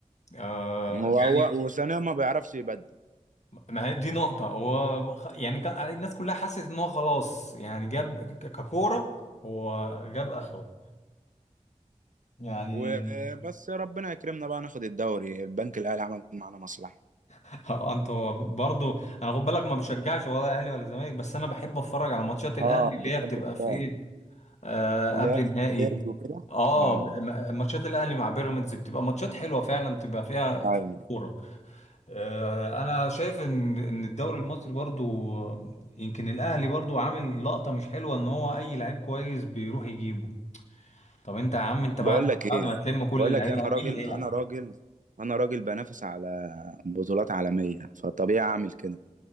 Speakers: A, on the left; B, on the right.
A: آه
B: وهو-
A: يعني
B: وثانيا ما بيعرفش يبدل
A: ما هي دي نقطة هو خ- يعني كان- الناس كلها حست ان هو خلاص يعني جاب ك- ككورة هو جاب اخره يعني
B: وبس ربنا يكرمنا بقى ناخد الدوري البنك الاهلي عمل معانا مصلحه
A: <laughs> اه انتوا برضو انا خد بالك ما بشجعش ولا اهلي ولا زمالك بس انا بحب اتفرج على ماتشات الاهلي
B: اه
A: اللي
B: بتحب
A: هي بتبقى
B: الكلام
A: في ايه آه
B: اللي
A: قبل
B: هي
A: النهائي
B: ديربي وكده
A: اه
B: اه
A: ب- م- ماتشات الاهلي مع بيراميدز بتبقى ماتشات حلوه فعلا بتبقى فيها
B: ايوه
A: كوره آه انا شايف ان ان الدوري المصري برضو يمكن الاهلي برضو عامل لقطه مش حلوه ان هو اي لعيب كويس بيروح يجيبه طب انت يا عم انت
B: بقول
A: بعد
B: لك
A: بعد
B: ايه
A: ما تلم كل
B: بقول
A: اللعيبه
B: لك إيه، انا
A: مين
B: راجل
A: اللي هيلعب
B: انا راجل انا راجل بنافس على بطولات عالميه فطبيعي اعمل كده